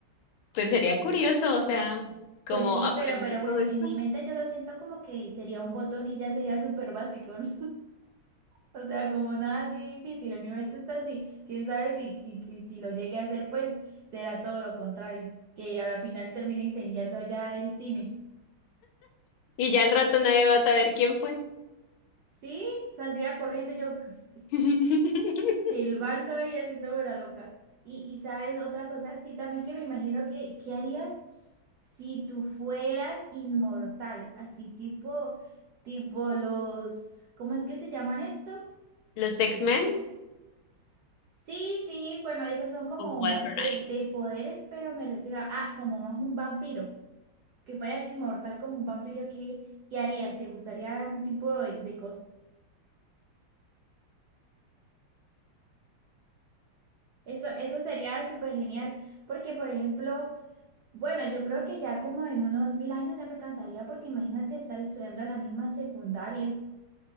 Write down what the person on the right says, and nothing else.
Pues sí,
pero, pero bueno,
en mi mente yo lo siento como que sería un botón y ya sería súper básico, ¿no? O sea, como nada así difícil, en mi mente está así. Quién sabe si, que- que si lo llegue a hacer, pues será todo lo contrario, que a la final termine incendiando allá el cine.
Sí, saldría corriendo yo <laughs>
silbando y haciéndome la loca. Y, y sabes, otra cosa, sí, también que me imagino que, ¿qué harías si tú fueras inmortal? Así tipo, tipo los, ¿cómo es que se llaman estos?
Sí, sí, bueno, esos son como
más de, de poderes, pero me refiero a, ah, como más un vampiro, que fueras inmortal como un vampiro, ¿qué, qué harías? ¿Te gustaría un tipo de, de cosa? Eso, eso sería súper genial, porque por ejemplo, bueno, yo creo que ya como en unos mil años ya me cansaría, porque imagínate estar estudiando en la misma secundaria.